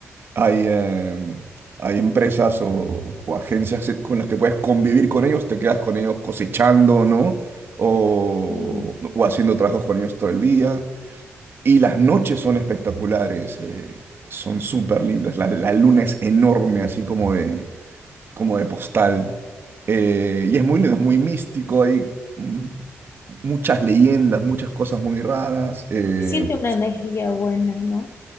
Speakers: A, on the right (about 50°); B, on the left (about 55°).
A: Hay, eh, hay empresas o, o agencias con las que puedes convivir con ellos, te quedas con ellos cosechando, ¿no? O,
B: sí.
A: o haciendo trabajos con ellos todo el día. Y las noches son espectaculares, eh, son súper lindas. La, la luna es enorme, así como de, como de postal. Eh, y es muy lindo, es muy místico, hay mm, muchas leyendas, muchas cosas muy raras. eh,
B: Siente una energía buena, ¿no?